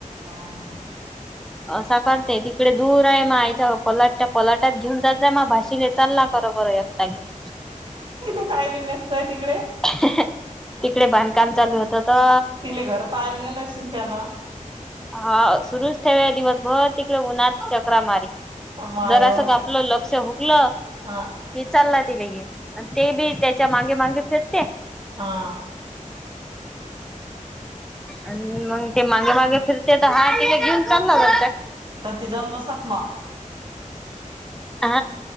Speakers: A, on the right; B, in the centre.
A: हा..
B: साकारते तिकडे दूर आहे माय आच्या पलाट त्या पलाट्याात घेऊन जात जा माय भाषले चालला करं बं या. <unintelligible>
A: तिला कायले नेत जाय तिकडे.
B: तिकडे बांधकाम चालू होतं त
A: तिले घर पाहायला नेलं आशिन त्यानं.
B: हा सुरूच ठेव रे दिवसभर तिकडे उन्हात चकरा मारी.
A: माय
B: जरासं
A: व
B: का आपलं लक्ष हुकलं
A: हा
B: ति चालला तिथे घेऊन आणि मागे -मागे फिरते
A: हा
B: अन् मग ते मागे- मागे फिरते, तर हा तिले घेऊन चालला बणता.
A: पण ती जाऊन बसत मा.
B: आ